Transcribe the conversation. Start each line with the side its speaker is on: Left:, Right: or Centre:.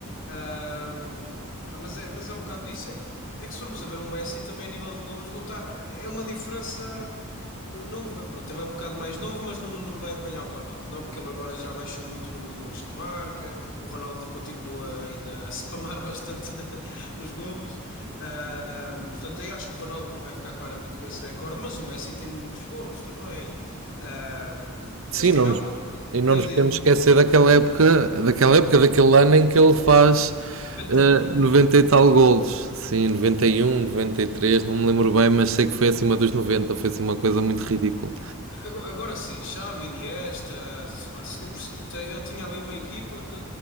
Left: Ahm, pá, mas é, mas é um bocado isso. É que, é que se formos a ver um Messi também a nível de golos não está, é uma diferença. Não, não- pronto, ele é um bocado mais novo, mas não, não vai apanhar o Ronaldo. Não, porque ele agora já baixou muito o número de golos que marca. O Ronaldo continua ainda a spamar <laughs> bastante os golos. Ah, portanto, eu acho que o Ronaldo vai ficar claramente com esse recorde, mas o Messi tem muitos golos também. Ah,
Right: Sim,
Left: mas também
Right: não nos,
Left: há uma coisa.
Right: e não
Left: Diz,
Right: nos podemos
Left: diz, diz.
Right: esquecer daquela época, daquela época, daquele ano em que ele faz
Left: 91.
Right: eh, 90 e tal golos. Sim, 91, 93 não me lembro bem, mas sei que foi acima dos noventa foi assim uma coisa muito ridícula.
Left: Ago- Agora sim, Xavi, Iniesta, se pá, se- eu, perce- te- eu tinha ali uma equipa que